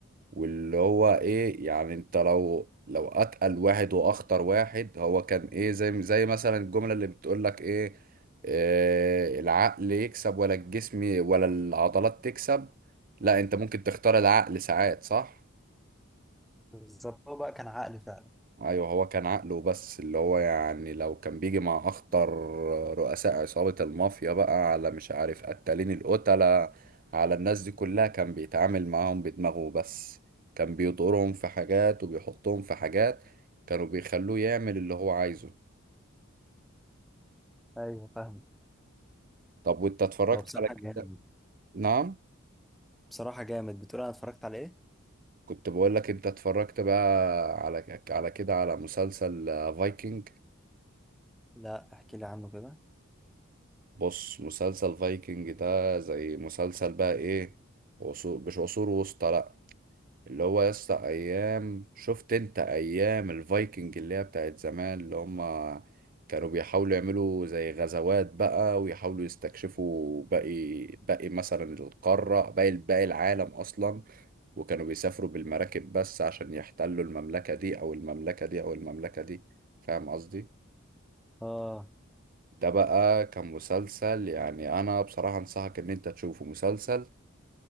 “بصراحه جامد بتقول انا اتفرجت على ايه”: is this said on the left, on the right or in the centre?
Centre